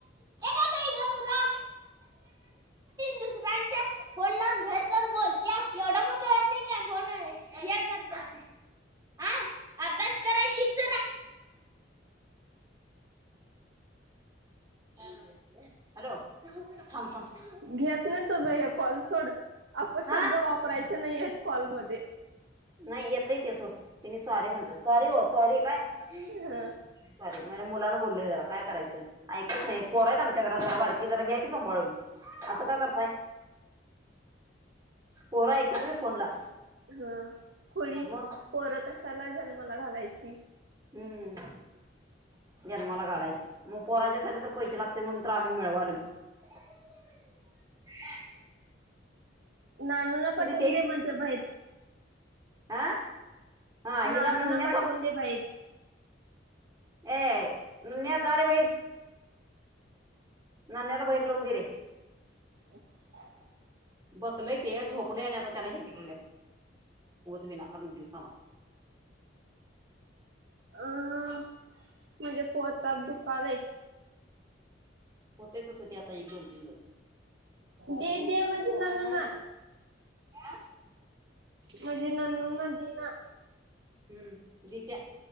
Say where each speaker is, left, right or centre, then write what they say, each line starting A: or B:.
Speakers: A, on the right; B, on the right.
A: काय पाहिजे तुला दुसऱ्या च्या फोन लाव भेर जान बोल त्या एवढं मण कळत नाही का फोन हे कर हा अभ्यास कराय शिक जरा हॅलो थांब थांब
B: घेत नाही तुझ हे कॉलसोड अपशब्द
A: हा
B: वापरायचा नाही कॉलमध्ये
A: नाही येत ते सोड तिने सॉरी म्हणतात सॉरी हो सॉरी काय सॉरी
B: ह
A: सॉरी म्हणज्या मुलां बोलल जरा काय करायचं ऐकत नाही पोरायत आमच्या घरात जरा बारकी जरा घ्या की सांाळून असं का करताय पोरा ऐकततय फोनला
B: हा खोळी
A: मग
B: पोर कशाला जन्माला घालायची
A: हम्म. जन्माला घालायचे मग पोरांच्या साठी तर पैसे लागते, म्हणून तर आम्ही मिळवालो. रिकाम <unintelligible>
B: नानू ना पठवून
A: ते
B: दे म्हणजे बाहेर.
A: हा हा हिचा
B: नानू
A: नन्या
B: ना पाठवून दे बाहेर.
A: ऐ नुन्या जाते बाहेर. ननेला बाहेर लावून देरे.
B: <inaudible>
A: बसलय ते झोपलेय आणि आता त्याला हे करावलं मग उत विनाकरण बिल कामा.
B: अं माझ्या पोतात दुकालये.
A: होतय तसं ते आता, एक, दोन, तीन दिवस.
B: दे दे माझ्या नानुना.
A: आ.
B: माजे नानुना देना.
A: हम्म दीट्या.